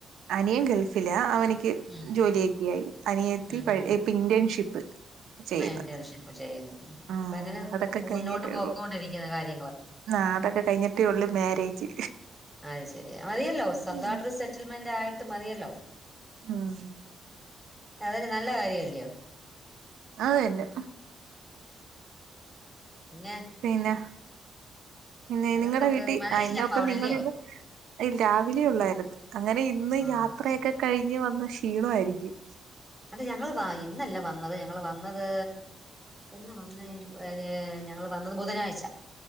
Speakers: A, on the right (about 80°); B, in the centre.
A: അനിയൻ ഗൾഫിലാ അവന്ക്ക്
B: ഉം
A: ജോലിയൊക്കെയായി അനിയത്തി
B: ഉം ഉം
A: ഇപ്പോ ഇന്റേൺഷിപ്പ്. ചെയ്യുന്നു
B: ആഹ്, എന്റേൺഷിപ്പ് ചെയ്യുന്നു.
A: ആഹ്
B: ഇപ്പോ എങ്ങനെ
A: അതൊക്കെ
B: മുന്നോട്ട്
A: കഴിഞ്ഞിട്ടേ
B: പോക്കോണ്ടിരിക്കുന്ന
A: ഉള്ളൂ
B: കാര്യങ്ങള്
A: ആഹ് അതൊക്കെ കഴിഞ്ഞിട്ടേ ഉള്ളൂ മാരേജ്.
B: അത് ശെരിയ മതിയല്ലോ സ്വന്തായിട്ടൊരു
A: ഉം
B: സെറ്റിൽമെന്റ് ആയിട്ട് മതിയല്ലോ.
A: ആഹ്
B: അതൊരു നല്ല കാര്യംല്ലയോ.
A: അത് തന്നെ.
B: പിന്നെ
A: പിന്നെ പിന്നെ
B: വേറെന്തുണ്ട്
A: നിങ്ങളടെ വീട്ടിൽ
B: മഴയില്ല
A: അയിന്റൊപ്പം
B: അപ്പൊ അവിടെല്ലയോ
A: നിങ്ങളിന്ന് അഹ് രാവിലെള്ളായിരുന്നു, അങ്ങനെ ഇന്ന്
B: ആഹ്
A: യാത്രയൊക്കെ
B: ശരി
A: കഴിഞ്ഞ് വന്ന ക്ഷീണയിരിക്കും.
B: അത് ഞങ്ങള് വാങ്ങി ഇന്നല്ല വന്നത് ഞങ്ങള് വന്നത്. എന്നാ വന്നേ? ഏ ഞങ്ങള് വന്നത് ബുധനാഴ്ച്ച